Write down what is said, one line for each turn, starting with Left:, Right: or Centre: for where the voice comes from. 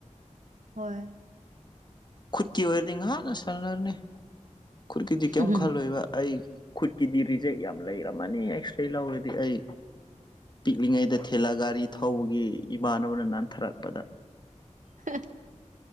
Right: ꯍꯣꯏ
Left: ꯈꯨꯠꯀꯤ ꯑꯣꯏꯔꯗꯤ ꯉꯥꯍꯥꯟꯅ ꯁꯥꯟꯅꯔꯅꯤ꯫ ꯈꯨꯠꯀꯤꯗꯤ ꯀꯩꯝ
Right: ꯎꯝ
Left: ꯈꯜꯂꯣꯏꯕ ꯑꯩ ꯈꯨꯠꯀꯤꯗꯤ ꯔꯤꯖꯦꯛ ꯌꯥꯝ ꯂꯩꯔꯝꯃꯅꯤ ꯑꯦꯛꯁꯔꯦ ꯂꯧꯔꯗꯤ ꯑꯩ ꯄꯤꯛꯂꯤꯉꯩꯗ ꯊꯦꯂꯥ ꯒꯥꯔꯤ ꯊꯧꯕꯒꯤ ꯏꯃꯥꯟꯅꯕꯅ ꯅꯥꯟꯊꯔꯛꯄꯗ
Right: ꯍꯥ